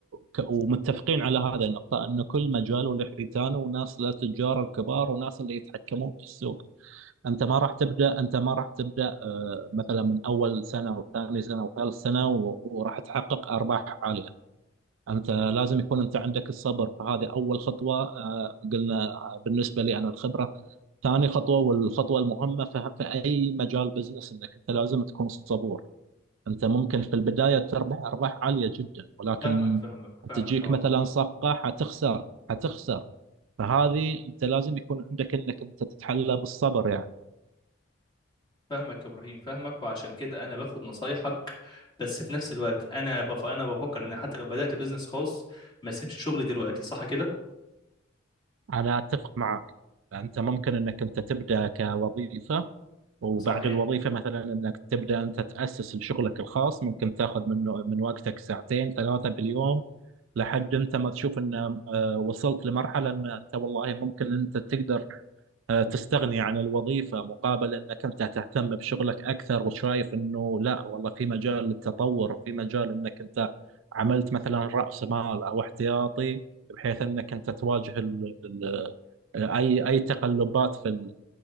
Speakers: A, on the right; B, on the left.
A: ك- ومتفقين على هذا النقطه انه كل مجال وله حيتانه وناس له تجار الكبار وناس اللي يتحكمون في السوق انت ما راح تبدا انت ما راح تبدا آه، مثلا من اول سنه او ثاني سنه او ثالث سنه و- وراح تحقق ارباح عاليه انت لازم يكون انت عندك الصبر فهذه اول خطوه آه، قلنا آه، بالنسبه لي انا الخبره ثاني خطوه والخطوه المهمه في في اي مجال بزنس انك انت لازم تكون صبور انت ممكن في البدايه تربح ارباح عاليه جدا ولكن
B: فاهمك فاهمك فاهمك
A: تجيك
B: اه
A: مثلا صفقه حتخسر حتخسر فهذه انت لازم يكون عندك انك انت تتحلى بالصبر يعني
B: فاهمك يا ابراهيم فاهمك وعشان كده انا باخد نصايحك بس في نفس الوقت انا بف... انا بفكر ان حتى لو بدات بزنس خاص ما اسيبش شغلي دلوقتي صح كده
A: أنا أتفق معك أنت ممكن أنك أنت تبدأ كوظيفة وبعد
B: صحيح
A: الوظيفة مثلا أنك تبدأ أنت تأسس لشغلك الخاص ممكن تاخذ منه من وقتك ساعتين ثلاثة باليوم لحد أنت ما تشوف أن آه، وصلت لمرحلة أن أنت والله ممكن أنت تقدر آه، تستغني عن الوظيفة مقابل أنك أنت تهتم بشغلك أكثر وشايف أنه لا والله في مجال للتطور وفي مجال أنك أنت عملت مثلا رأس مال أو احتياطي بحيث أنك أنت تواجه ال ال آه، أي أي تقلبات في